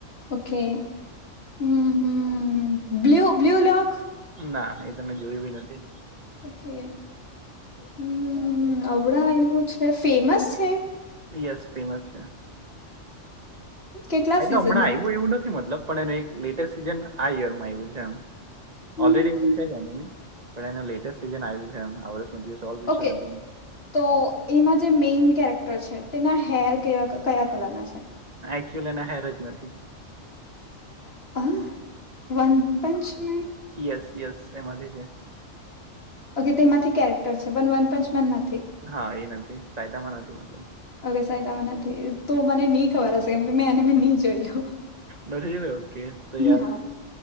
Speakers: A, on the left (about 55°); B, on the right (about 35°).
A: ઓકે હ હ બ્લુ બ્લુ લોક.
B: ના એ તમે જોયું બી નથી.
A: ઓકે હમ અવડા આવું છે ફેમસ છે.
B: યસ ફેમસ છે.
A: કેટલા
B: એટલે
A: સિઝન
B: હમણાં
A: છે
B: આવ્યું એવું નથી મતલબ પણ એનું એક લેટેસ્ટ સીઝન આ યર માં આવ્યું છે એમ
A: હમ
B: ઓલરેડી એ તો ક જાય પણ એનું લેટેસ્ટ સીઝન આવ્યું છે એમ આ વર્ષ દિવસ. ડોલ પીછે
A: ઓકે
B: ને તે.
A: તો એમાં જે મેઈન કેરેક્ટર છે તેના હેર કયા કલરના છે.
B: એકક્ચુઅલી એ ના હેર જ નથી.
A: આ વન પંચમેન.
B: તે યસ યસ એમાંથી છે.
A: ઓકે તેમાંથી કેરેક્ટર છે પણ વનપંચમેન નથી.
B: હા એ નથી સાયતામાં નથી મતલબ.
A: ઓકે સયતામાં નથીથી તો મને નહી ખબર હશે કેમ કે મેં એને મેં નહી જોય લ્યું.
B: નથી જ ઓકે તો યાર
A: ના